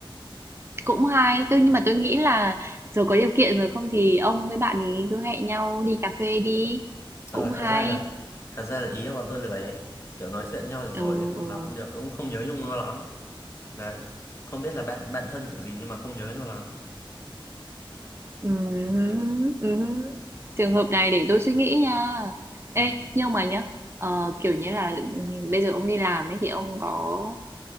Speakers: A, on the right; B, on the left.
A: Cũng hay, tôi nhưng mà tôi nghĩ là giờ có điều kiện rồi không thì ông với bạn ấy cứ hẹn nhau đi cà phê đi.
B: Ờ,
A: Cũng hay.
B: thật ra là thật ra là ý là bọn tôi lười ấy. Kiểu nói chuyện nhau được rồi
A: Ừ,
B: không
A: ừ.
B: gặp cũng được cũng không nhớ nhung nó lắm đấy không biết là bạn bạn thân kiểu gì nhưng mà không nhớ nó lắm
A: Ừm,
B: đấy
A: ừm. Trường hợp này để tôi suy nghĩ nha.
B: ừ.
A: Ê, nhưng mà nhá, ờ, kiểu như là bây giờ ông đi làm ấy thì ông có